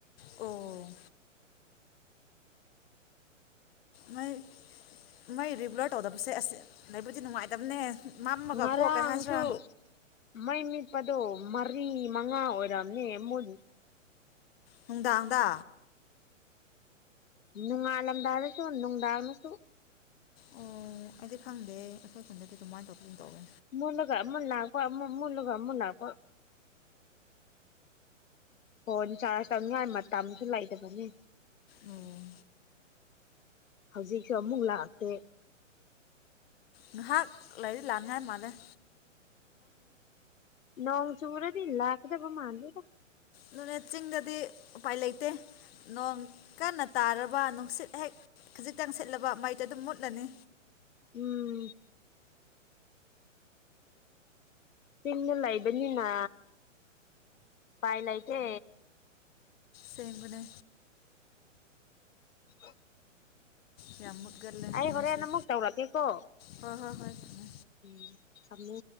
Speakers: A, on the left; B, on the left.
A: ꯑꯣ ꯃꯩ ꯃꯩ ꯔꯤꯒꯨꯂꯔ ꯇꯧꯗꯕꯁꯦ ꯑꯁ ꯂꯩꯕꯗꯤ ꯅꯨꯡꯉꯥꯏꯇꯕꯅꯦ ꯃꯝꯃꯒ
B: ꯉꯔꯥꯡꯁꯨ
A: ꯀꯣ ꯀꯩ ꯍꯥꯏꯁꯤꯔꯥ
B: ꯃꯩ ꯃꯤꯠ ꯑꯗꯣ ꯃꯔꯤ ꯃꯉꯥ ꯑꯣꯏꯔꯝꯅꯤ ꯃꯨꯠ
A: ꯅꯨꯗꯥꯡꯗ
B: ꯅꯨꯉꯥꯜ ꯂꯝꯗꯥꯢꯗꯁꯨ ꯅꯨꯡꯗꯥꯡꯗꯁꯨ
A: ꯑꯣ ꯑꯩꯗꯤ ꯈꯪꯗꯦ ꯈꯨꯟꯗꯗꯤ ꯑꯗꯨꯃꯥꯏꯅ ꯇꯧꯕꯒꯨꯝ ꯇꯧꯋꯦ
B: ꯃꯨꯂꯒ ꯑꯃꯠ ꯂꯥꯛꯄ ꯃꯨꯂꯒ ꯑꯃꯨꯛ ꯂꯥꯛꯄ ꯐꯣꯟ ꯆꯥꯔꯖ ꯇꯧꯅꯤꯉꯥꯏ ꯃꯇꯝꯁꯨ ꯂꯩꯇꯕꯅꯤ
A: ꯎꯝ
B: ꯍꯧꯖꯤꯛꯁꯨ ꯑꯃꯨꯛ ꯂꯥꯛꯇꯦ
A: ꯉꯥꯏꯍꯥꯛ ꯂꯥꯏꯔꯤꯛ ꯂꯥꯟꯅꯤꯉꯥꯏ ꯃꯥꯥꯟꯂꯩ
B: ꯅꯣꯡ ꯆꯔꯗꯤ ꯂꯥꯛꯀꯗ ꯃꯥꯟꯗꯦꯗ
A: ꯅꯨꯅꯦꯠ ꯆꯤꯡꯗꯗꯤ ꯎꯄꯥꯏ ꯂꯩꯇꯦ ꯅꯣꯡ ꯀꯟꯅ ꯇꯥꯔꯕ ꯅꯨꯡꯁꯤꯠ ꯍꯦꯛ ꯈꯖꯤꯛꯇꯪ ꯁꯤꯠꯂꯕ ꯃꯩꯇ ꯑꯗꯨꯝ ꯃꯨꯠꯂꯅꯤ
B: ꯎꯝ ꯆꯤꯡꯅ ꯂꯩꯕꯅꯤꯅ ꯄꯥꯏ ꯂꯩꯇꯦ
A: ꯁꯦꯝꯕꯅꯦ
B: ꯑ
A: ꯗꯦ ꯑꯃ ꯒꯗꯦ
B: ꯑꯩ
A: ꯁꯥꯏꯁꯨꯣ
B: ꯍꯣꯔꯦꯟ ꯑꯃꯨꯛ ꯇꯧꯔꯛꯀꯦꯀꯣ
A: ꯍ ꯍꯣꯏ ꯍꯣꯏ ꯊꯝꯃꯦ
B: ꯎꯝ ꯊꯃꯨ